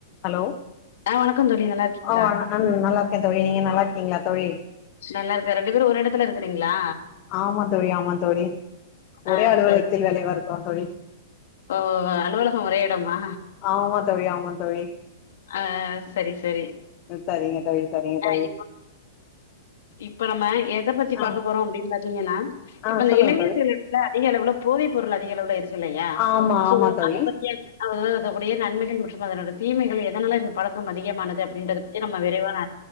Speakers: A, on the left (about 30°); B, on the left (about 65°).
A: Hello
B: ஆஹ் வணக்கம் தோழி நல்லாருக்கீங்களா
A: ஆ நல்லா இருக்கே தோழி நீங்க நல்லா இருக்கீங்களா தோழி
B: நல்லா இருக்கே ரெண்டு பேரு ஒரு எடத்துல இருக்கறீங்களா
A: ஆமா தோழி ஆம தோழி ஒரே
B: ஆ
A: அலுவலகத்தில
B: சரி
A: விலவ இருக்கிறோ தோழி
B: ஓ அலுவலகம் ஒரே இடமா
A: ஆமா தோழி ஆமா தோழி
B: ஆ சரி சரி
A: சரிங்க தோழி சரிங்க
B: அ
A: தோழி
B: இப்போ இப்போ நம்ம எத பத்தி
A: ஆ
B: பாக்க போறோ அப்படின் பாத்தீங்கன்னா
A: ஆ
B: இப்ப அந்த
A: சொல்லுங்க
B: இலங்கை
A: தோழி
B: செயலர்க்குல அதிக அளவுல போதை பொருள் அதிக அளவுல இருக் குல்லையா
A: ஆமா
B: சோ
A: ஆமா தோழி
B: அத பத்தி அ அது இருக்கக்குடைய நன்மைகள் மற்றும் அதனுட தீமைகள எ ஐன்னால இந்த படொ க்கும் அதிகமானது அப்டின்றது பத்தி நம்ம விரைவான